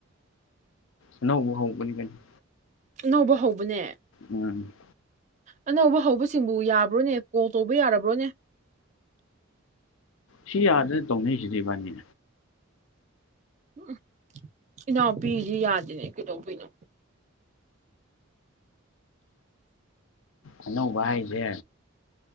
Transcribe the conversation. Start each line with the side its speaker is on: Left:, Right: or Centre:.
Left: ꯑꯅꯧꯕ ꯍꯧꯕꯅꯤꯀꯩꯅꫭ
Right: ꯑꯅꯧꯕ ꯍꯧꯕꯅꯦ꯫
Left: ꯎꯝ
Right: ꯑꯅꯧꯕ ꯍꯧꯕꯁꯤꯡꯕꯨ ꯌꯥꯕ꯭ꯔꯣꯅꯦ ꯀꯣꯜ ꯇꯧꯕ ꯌꯥꯔꯕ꯭ꯔꯣꯅꯦ
Left: ꯁꯤ ꯑꯥꯔꯗ ꯇꯧꯅꯩꯁꯤꯖꯤꯗꯩꯕꯥꯅꯤ
Right: ꯎꯝ ꯏꯅꯥꯎꯄꯤꯁꯤ ꯌꯥꯗꯦꯅꯦ ꯀꯩꯗꯧꯕꯩꯅꯣ
Left: ꯑꯅꯧꯕ ꯍꯥꯏꯁꯦ